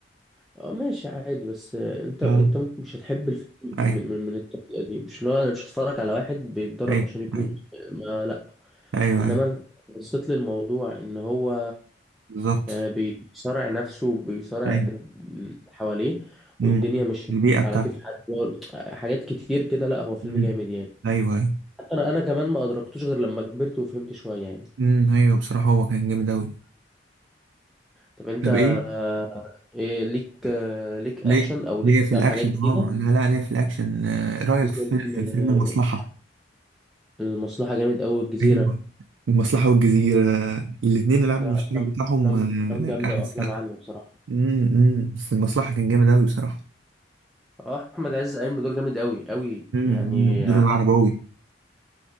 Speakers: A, in the centre; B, on the right (about 75°).
A: اه ماشي عادي بس آه، انت
B: اه
A: انت ممكن مش هتحب الفيلم
B: ايوه
A: من من, من الطريقة دي مش لو انا مش هتفرج على واحد بيتدرب
B: ايوه
A: عشان يكون
B: ايوه
A: ما لا
B: ايوه,
A: انما
B: أيوة.
A: انت بصيت للموضوع ان هو
B: بالظبط
A: آه، بيصارع نفسه وبيصارع
B: ايوه
A: اللي حواليه
B: مم.
A: والدنيا مش
B: البيئة
A: مش
B: بتاعته
A: على كيف حد حاجات كتير كده لا هو فيلم
B: مم.
A: جامد يعني
B: ايوه ايوه
A: انا انا كمان ما ادركتوش غير لما كبرت وفهمت شويه يعني
B: مم. ايوه بصراحة هو كان جامد اوي
A: طب انت
B: طب ايه
A: آه، إيه ليك آه، ليك اكشن
B: ليه
A: او
B: ليه
A: ليك
B: في الاكشن
A: حاجات
B: اه
A: جديده
B: لا لا ليه في الاكشن آه، إيه رأيك
A: في فيلم
B: في في
A: آه،
B: فيلم المصلحة
A: المصلحه جامد قوي الجزيره
B: ايوه المصلحة والجزيرة الاتنين العامل
A: لا
B: المشترك
A: افلام
B: بتاعهم
A: افلام
B: آه،
A: افلام جامده
B: احمد
A: وافلام
B: سقا
A: عاليه بصراحه
B: امم امم بس المصلحة كان جامد أوي بصراحة
A: اه احمد عز قايم بدور جامد قوي قوي
B: امم
A: يعني
B: أمم. دور
A: اه
B: العرباوي